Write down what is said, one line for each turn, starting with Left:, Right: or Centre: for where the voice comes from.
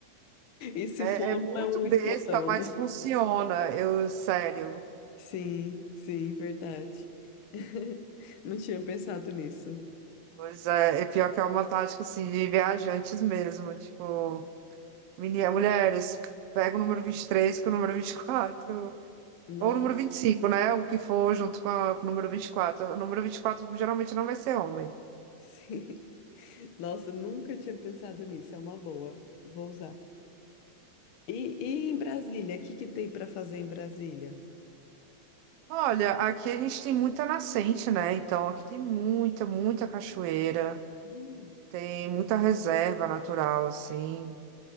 Left: E se
Right: É,
Left: for,
Right: é muito
Left: não é um
Right: besta,
Left: escrotão,
Right: mas
Left: né?
Right: funciona, eu, sério.
Left: Sim, sim, verdade. <laughs> Não tinha pensado nisso.
Right: Pois é, é pior que é uma tática assim de viajantes mesmo, tipo, meni- mulheres, pega o número 23 com o número 24
Left: Nossa,
Right: ou o número 25, né? O que for junto com, a- com o número 24. O número 24 geralmente não vai ser homem.
Left: sim. Nossa, nunca tinha pensado nisso. É uma boa. Vou usar. E, e em Brasília? O que que tem para fazer em Brasília?
Right: Olha, aqui a gente tem muita nascente, né? Então aqui tem muita, muita cachoeira,
Left: Hum.
Right: tem muita reserva natural, assim.